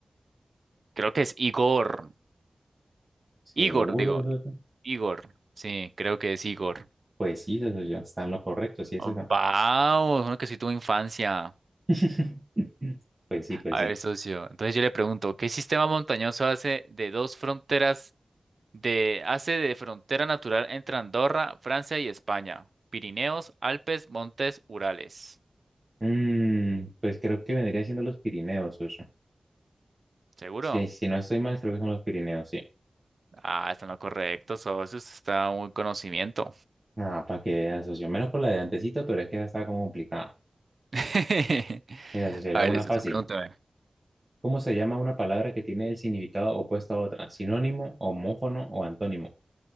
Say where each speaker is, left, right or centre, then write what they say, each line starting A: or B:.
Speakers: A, on the right (about 65°); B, on the right (about 35°).
A: Creo que es Igor.
B: Seguro,
A: Igor, digo,
B: eso sí.
A: Igor. Sí, creo que es Igor.
B: Pues sí, eso sí, está en lo correcto, sí es
A: Oh,
B: eso.
A: Vamos, uno que sí tuvo infancia.
B: <laughs> Pues sí, pues
A: A
B: sí.
A: ver, socio. Entonces yo le pregunto, ¿qué sistema montañoso hace de dos fronteras de hace de frontera natural entre Andorra, Francia y España? Pirineos, Alpes, Montes, Urales.
B: Mm, pues creo que vendría siendo los Pirineos, socio.
A: ¿Seguro?
B: Si, si no estoy mal, creo que son los Pirineos, sí.
A: Ah, está en lo correcto, socio. Usted está muy conocimiento.
B: Ah, para que vean, socio. Menos por la de antecito, pero es que esa está como complicada.
A: <laughs>
B: Mira, socio, le
A: A
B: hago
A: ver,
B: una
A: listo,
B: fácil.
A: usted pregúntame.
B: ¿Cómo se llama una palabra que tiene el significado opuesto a otra? ¿Sinónimo, homófono o antónimo?